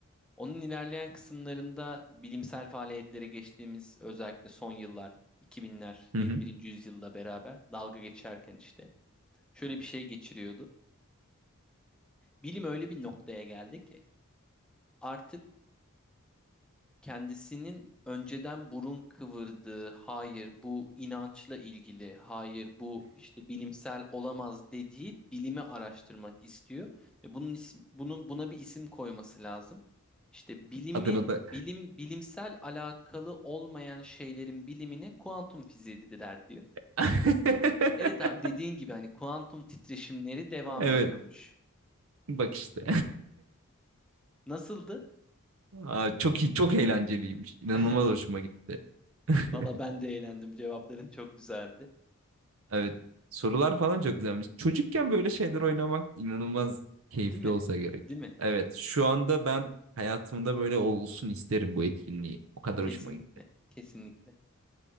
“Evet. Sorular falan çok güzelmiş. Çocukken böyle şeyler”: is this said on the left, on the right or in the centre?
Right